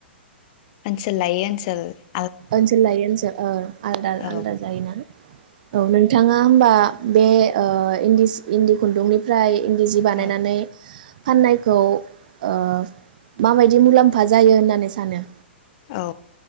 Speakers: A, on the left; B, on the right.
A: ओनसोल लायो ओनसोल ‌
B: ओनसोल लायै ओनसोल औ आलदा
A: औ
B: आलदा जायोना औ नोंथाङा होमबा बे ओ इन्दि सि इन्दि खुन्दुंनिफ्राय इन्दि जि बानायनानै
A: औ
B: फाननायखौ ओ माबायदि मुलाम्फा जायो होननानै सानो?
A: औ।